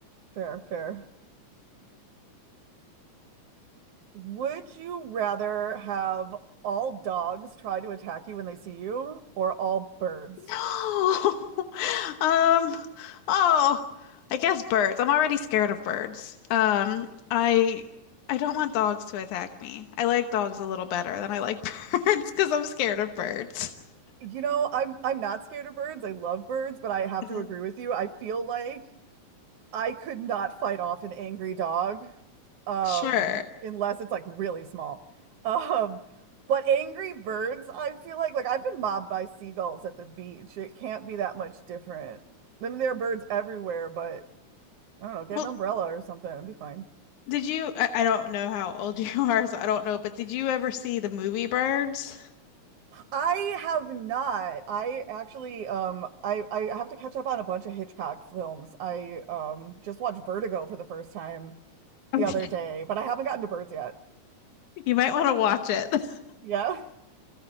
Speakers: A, on the right; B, on the left.
A: fair, fair. Would you rather have all dogs try to attack you when they see you or all birds?
B: Oh, <laughs> um, oh, I guess birds. I'm already scared of birds. Um, I I don't want dogs to attack me. I like dogs a little better than I like <laughs> birds because I'm scared of birds.
A: You know, I'm I'm not scared of birds. I love birds, but I have
B: Mhm.
A: to agree with you. I feel like I could not fight off an angry dog, um,
B: Sure.
A: unless it's like really small. Um, but angry birds, I feel like like I've been mobbed by seagulls at the beach. It can't be that much different. I mean, there are birds everywhere, but I don't know, get
B: Well,
A: an umbrella or something, it'd be fine.
B: did you? I, I don't know how old <laughs> you are, so I don't know, but did you ever see the movie Birds?
A: I have not. I actually, um, I I have to catch up on a bunch of Hitchcock films. I um just watched Vertigo for the first time
B: <laughs>
A: the other day, but I haven't gotten to birds yet.
B: You might want to watch it. <laughs>
A: Yeah.